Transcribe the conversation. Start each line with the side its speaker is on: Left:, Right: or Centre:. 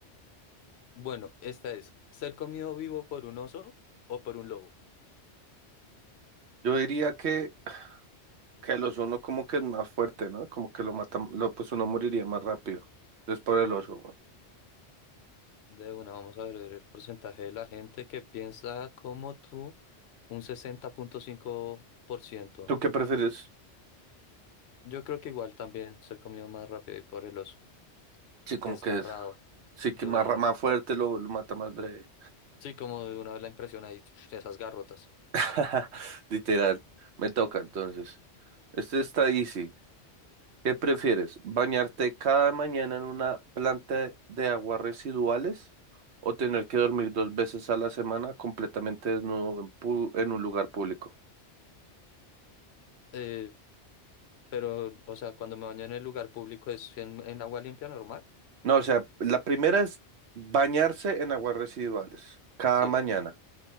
Left: bueno, esta es, ¿ser comido vivo por un oso o por un lobo?
Right: Yo diría que, que el oso no como que es más fuerte, ¿no? Como que lo mata, lo, pues uno moriría más rápido. Entonces por el oso, weón.
Left: De una, vamos a ver el porcentaje de la gente que piensa como tú, un sesenta punto cinco por ciento
Right: ¿Tú qué prefieres?
Left: Yo creo que igual también ser comido más rápido y por el oso.
Right: Sí, como
Left: Desgarrado
Right: que es, sí que
Left: de
Right: más,
Left: una
Right: ra-
Left: vez.
Right: más fuerte lo, lo mata más breve.
Left: Sí, como de una vez la impresión ahí, <sniffs> esas garrotas.
Right: <laughs> Literal. Me toca entonces. Este está easy. ¿Qué prefieres? ¿Bañarte cada mañana en una planta de aguas residuales o tener que dormir dos veces a la semana completamente desnudo en, pu- en un lugar público?
Left: Eh, pero, o sea, cuando me baño en el lugar público es en, en agua limpia normal.
Right: No, o sea, la primera es bañarse en aguas residuales cada
Left: Sí,
Right: mañana